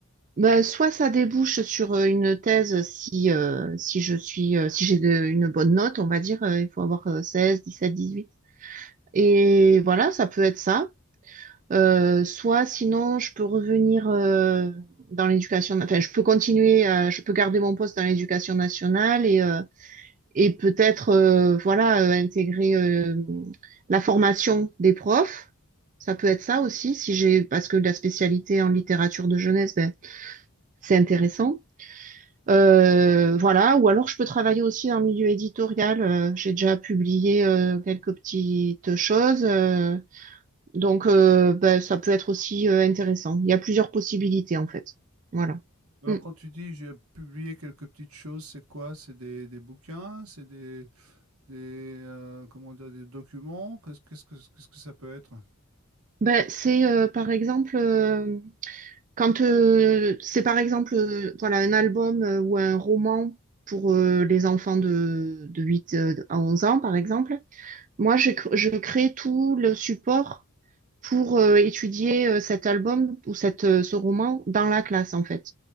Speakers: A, on the right; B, on the right.
A: ben, soit ça débouche sur euh, une thèse si, euh, si je suis euh, si j'ai de- une bonne note, on va dire, euh, il faut avoir euh, 16, dix huit Et voilà, ça peut être ça. Euh, soit sinon, je peux revenir euh, dans l'éducation, enfin, je peux continuer, à- je peux garder mon poste dans l'éducation nationale et, euh, et peut-être euh, voilà euh, intégrer euh, la formation des profs. Ça peut être ça aussi si j'ai parce que la spécialité en littérature de jeunesse, ben, c'est intéressant. Euh, voilà, ou alors je peux travailler aussi dans le milieu éditorial. Euh, j'ai déjà publié euh, quelques petites choses, euh, donc euh, ben, ça peut être aussi euh, intéressant. Il y a plusieurs possibilités en fait. Voilà.
B: Alors
A: Mm.
B: quand tu dis j'ai publié quelques petites choses, c'est quoi? C'est des, des bouquins, c'est des, des euh, comment dire, des documents? Qu'est-ce qu'est-ce que qu'est-ce que ça peut être?
A: Ben, c'est euh, par exemple euh, Quand euh, c'est par exemple euh, voilà, un album euh, ou un roman pour euh, les enfants de, de 8 euh, à 11 ans, par exemple, moi je, cr- je crée tout le support pour euh, étudier euh, cet album ou cette, euh, ce roman dans la classe, en fait.